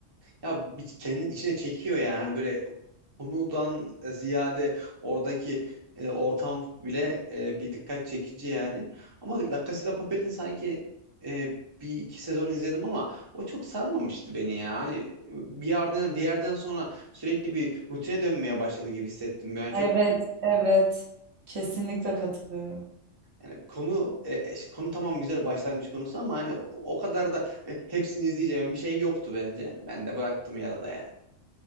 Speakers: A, on the right; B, on the right.
A: Ya bir kendin içine çekiyor yani hani böyle konudan ziyade oradaki e, ortam bile e, bir dikkat çekici yani. Ama La Casa de Papel'in sanki e, bir iki sezon izledim ama o çok sarmamıştı beni ya. Hani e, bir yerden bir yerden sonra sürekli bir rutine dönmeye başladı gibi hissettim. Ben çok
B: Evet, evet. Kesinlikle katılıyorum.
A: Yani konu e, e, işte konu tamam güzel başlangıç konusu ama hani o o kadar da e, hepsini izleyeceğim bir şey yoktu bence. Ben de bıraktım yarıda yani.